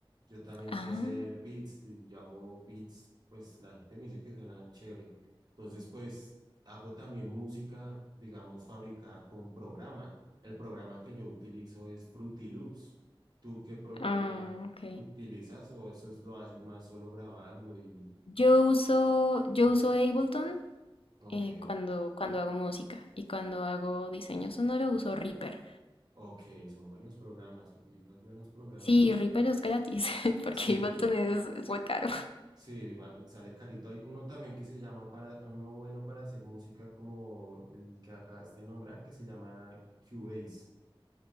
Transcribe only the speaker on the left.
Ah,
ah, ok.
Yo uso, yo uso Ableton
eh, cuando, cuando hago música y cuando hago diseño sonoro uso Reaper.
Sí, Reaper es gratis <laughs> porque
Ableton es, es muy caro.